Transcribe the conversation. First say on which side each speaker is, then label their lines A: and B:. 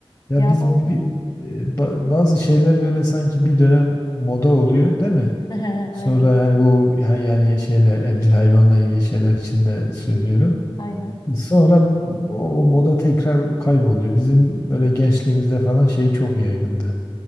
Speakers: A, on the left (about 35°); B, on the left (about 50°).
A: Ya
B: Ya
A: biz
B: bab-
A: bi- e, ba- bazı şeyler böyle sanki bir dönem moda oluyor, değil mi?
B: <laughs>
A: Sonra
B: Aynen.
A: hani bu ya- yani şeyle evcil hayvanla ilgili şeyler için de söylüyorum.
B: Aynen.
A: Sonra o, o moda tekrar kayboluyor. Bizim böyle gençliğimizde falan şey çok yaygındı.